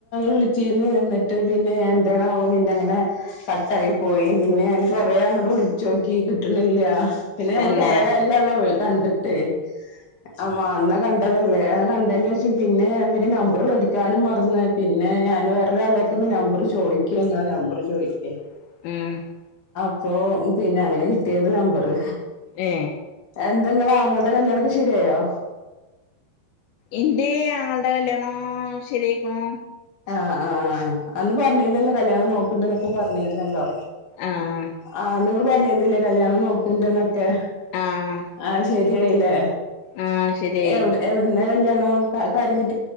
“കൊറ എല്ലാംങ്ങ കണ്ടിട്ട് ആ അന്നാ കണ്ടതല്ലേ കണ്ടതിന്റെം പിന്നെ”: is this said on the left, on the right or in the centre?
Left